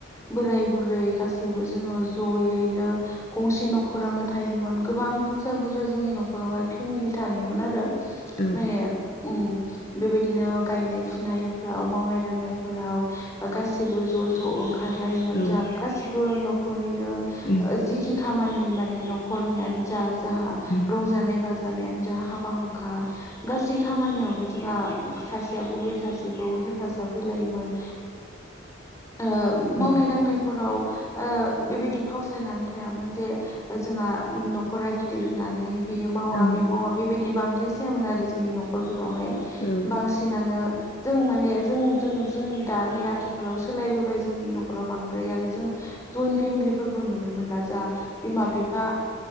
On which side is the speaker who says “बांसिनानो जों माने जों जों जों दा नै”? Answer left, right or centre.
Left